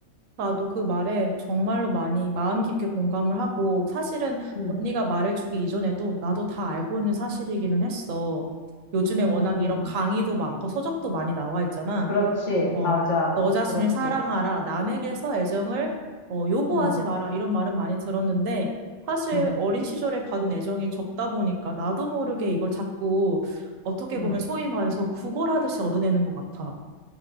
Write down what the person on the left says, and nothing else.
응.
음,
그렇지,
맞아,
그렇지.
음,
음,
음,
음.